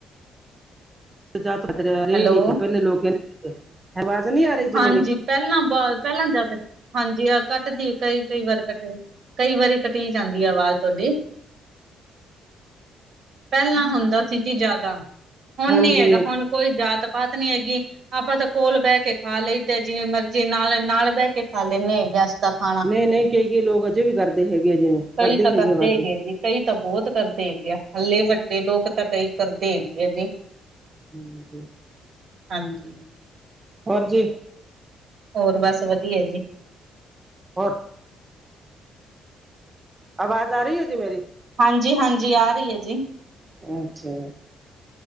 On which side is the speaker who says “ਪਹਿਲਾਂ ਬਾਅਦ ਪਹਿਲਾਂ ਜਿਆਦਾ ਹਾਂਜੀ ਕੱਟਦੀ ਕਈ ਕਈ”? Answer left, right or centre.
Right